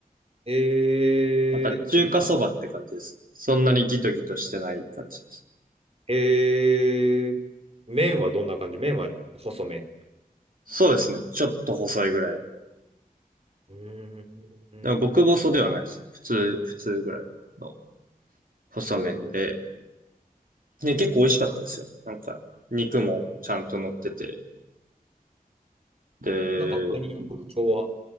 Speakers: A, on the right (about 40°); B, on the right (about 65°).
A: えー、
B: なんか、中華そばって感じですね。
A: なんか、
B: そんなにギトギトしてない感じです。
A: えー、麺はどんな感じ麺は細め。
B: そうですね。ちょっと細いぐらいの。
A: うーん。
B: でも、極細ではないですね。普通、普通ぐらいの細麺で。
A: おう、ほ
B: ね、結構美味しかったですよ。
A: ほ
B: なんか、肉もちゃんと乗ってて。で、
A: なんか他に特徴は
B: う